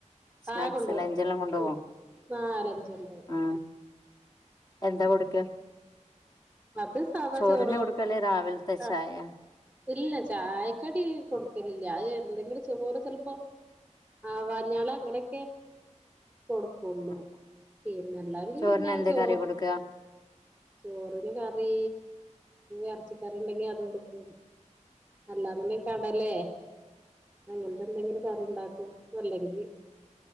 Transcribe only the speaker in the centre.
ആഹ് കൊണ്ടോവും
ഉം നാലഞ്ചുണ്ടാവും
അത് സാധാ
ചോറും
ആഹ്
ഇല്ല ചായക്കടി കൊടുക്കലില്ല അത് എന്തെങ്കിലും ചോറ് ചെലപ്പോ ആ വഞ്ഞാളല് അങ്ങനെയൊക്കെ കൊടുക്കുള്ളൂ
പിന്നെ എല്ലാങ്കിൽ
പിന്നെ
ചോ
ചോറിന് കറി ഇറച്ചിക്കറി ഉണ്ടെങ്കി അത് കൊടുക്കും അല്ലാന്ന്ണ്ടങ്കി കടലേ അങ്ങനത്തെ എന്തെങ്കിലും കറിണ്ടാക്കും അല്ലെങ്കി